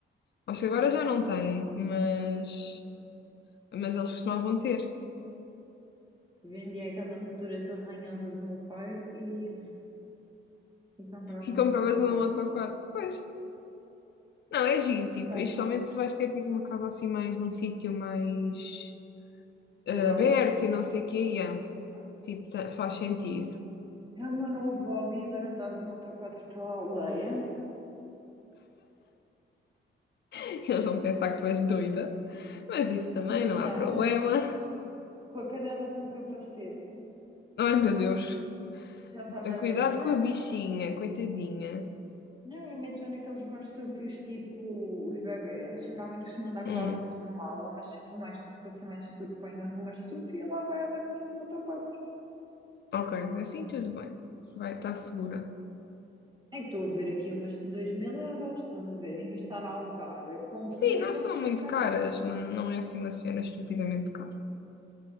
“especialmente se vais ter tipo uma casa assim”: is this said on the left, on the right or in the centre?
Left